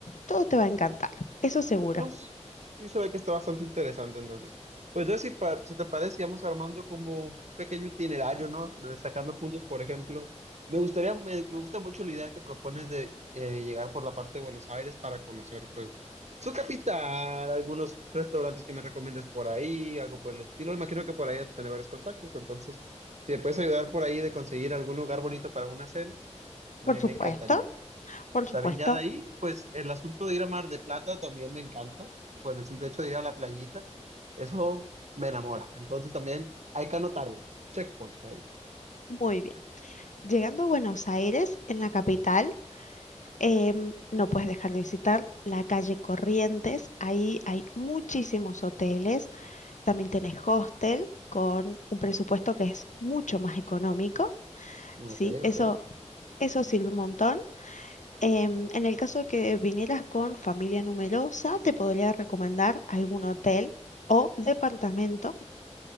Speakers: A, on the left; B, on the right.
A: todo te va a encantar, eso seguro.
B: No, s- sí se ve que está bastante interesante entonces. Pues entonces, si, pa- si te parece, vamos armando como un pequeño itinerario, ¿no? Destacando puntos, por ejemplo. Me gustaría, me, me gusta mucho la idea que propones de eh, llegar por la parte de Buenos Aires para conocer, pues, su capital, algunos restaurantes que me recomiendes por ahí, algo por el estilo. Imagino que por ahí has de tener varios contactos, entonces, si te puedes ayudar por ahí de conseguir algún lugar bonito para una cena, me,
A: Por supuesto,
B: me encantaría.
A: por supuesto.
B: También ya de ahí, pues el asunto de ir a Mar de Plata también me encanta, por el simple hecho de ir a la playita, eso me enamora. Entonces también hay que anotarlo. Checkpoint ahí.
A: Muy bien. Llegando a Buenos Aires, en la capital, em, no puedes dejar de visitar la calle Corrientes. Ahí hay muchísimos hoteles. También tenés hostel con un presupuesto que es mucho más económico.
B: Ok,
A: Sí, eso,
B: ok.
A: eso sirve un montón. Em, en el caso de que vinieras con familia numerosa, te podría recomendar algún hotel o departamento